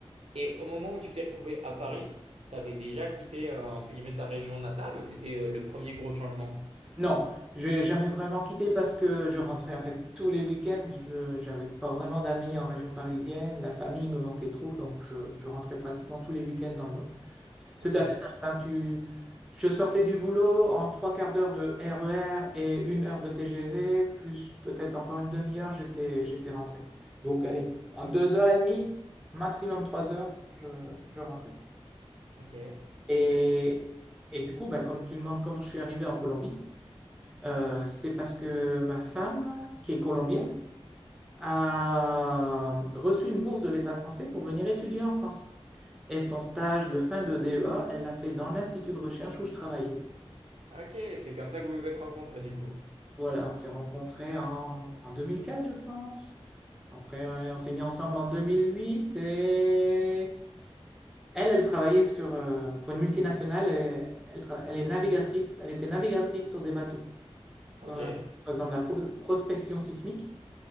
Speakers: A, on the right (about 80°); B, in the centre.
A: Et au moment où tu t'es retrouvé à Paris, t'avais déjà quitté euh, entre guillemets ta région natale ou c'était euh, le premier gros changement?
B: Non, j'ai jamais vraiment quitté parce que je rentrais en fait tous les week-ends. Je- J'avais pas vraiment d'amis en région parisienne. La famille me manquait trop, donc je, je rentrais pratiquement tous les week-ends dans le Nord. C'était
A: Ok.
B: assez simple. hein, tu- je sortais du boulot en trois quarts d'heure de RER et une heure de TGV, plus peut-être encore une demi-heure, j'étais, j'étais rentré. Donc allez, en deux heures et demie, maximum trois heures, je, je rentrais.
A: Ok.
B: Et, et du coup, bah, comme tu me demandes comment je suis arrivé en Colombie, euh, c'est parce que ma femme, qui est colombienne, a reçu une bourse de l'État français pour venir étudier en France. Et son stage de fin de DEA, elle l'a fait dans l'institut de recherche où je travaillais.
A: Ok. C'est comme ça que vous vous êtes rencontrés du coup.
B: Voilà, on s'est rencontrés en, en 2004, je pense. Après, ouais, on s'est mis ensemble en 2008 et elle, elle travaillait sur, euh, pour une multinationale. Elle, elle tra- elle est navigatrice. Elle était navigatrice sur des bateaux
A: Ok.
B: dans la, par la pro- prospection sismique.